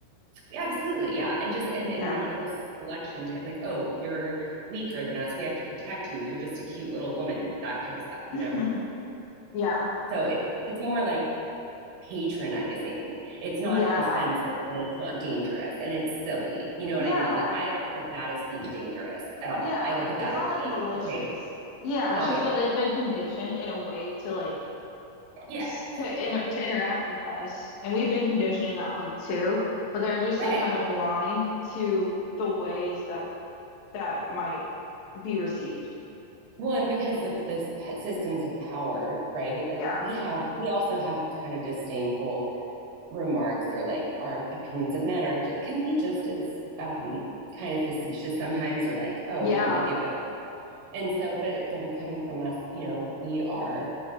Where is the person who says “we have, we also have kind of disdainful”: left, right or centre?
Right